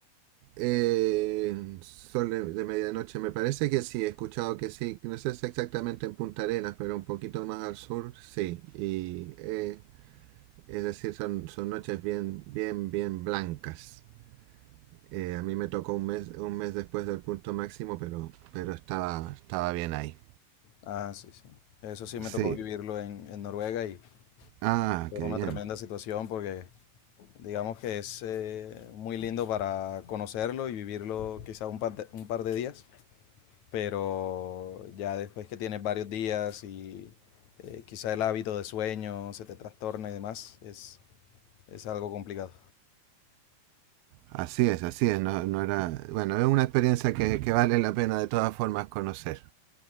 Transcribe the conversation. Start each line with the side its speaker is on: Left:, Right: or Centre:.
Right: Eh, sol de, de medianoche, me parece que sí, he escuchado que sí, no sé si exactamente en Punta Arenas, pero un poquito más al sur, sí. Y eh, es decir, son, son noches bien, bien, bien blancas. Eh, a mí me tocó un mes, un mes después del punto máximo, pero, pero estaba, estaba bien ahí.
Left: Ah, sí, sí. Eso sí me
Right: Sí.
Left: tocó vivirlo en, en Noruega y
Right: Ah,
Left: Fue
Right: qué
Left: una
Right: bien.
Left: tremenda situación porque digamos que es eh, muy lindo para conocerlo y vivirlo quizá un par de, un par de días, pero ya después que tienes varios días y eh, quizá el hábito de sueño se te trastorna y demás, es, es algo complicado.
Right: Así es, así es. No, no era. Bueno, es una experiencia que, que vale la pena de todas formas conocer.